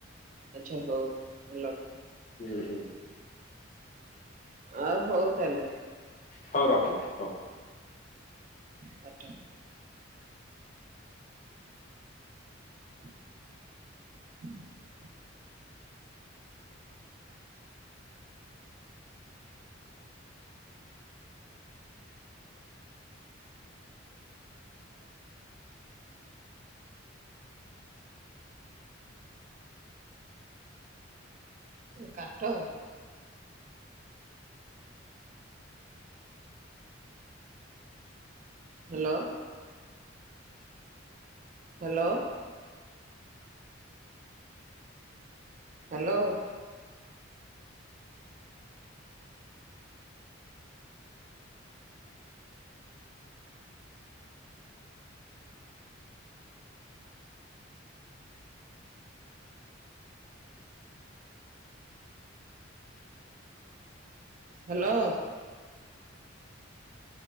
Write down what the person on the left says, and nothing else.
ହୁଁ, ହୁଁ,
ହଉ ରଖନ ଅ,